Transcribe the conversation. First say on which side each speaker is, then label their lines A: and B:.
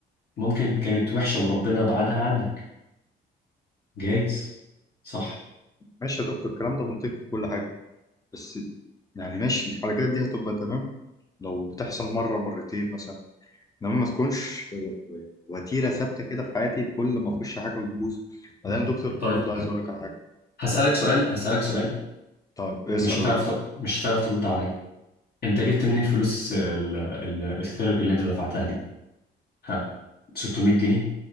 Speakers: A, on the left; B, on the left.
A: ممكن كانت وحشة وربنا بعدها عنك جايز صح
B: ماشي يا دكتور الكلام ده منطقي وكل حاجه بس يعني ماشي الحلقات دي هتبقى تمام لو بتحصل مره مرتين مثلا انما ما تكونش وتيره ثابته كده في حياتي كل ما اخش حاجه بتبوظ بعدين يا دكتور
A: طيب
B: برضه عايز اقول لك على حاجه
A: هسألك سؤال هسألك سؤال
B: طيب اسال
A: مش هتعرف
B: يا دكتور
A: ت... مش هتعرف ترد عليا انت جبت منين فلوس الس... ال... ال... الثيرابي اللي انت دفعتها دي ها 600 جنيه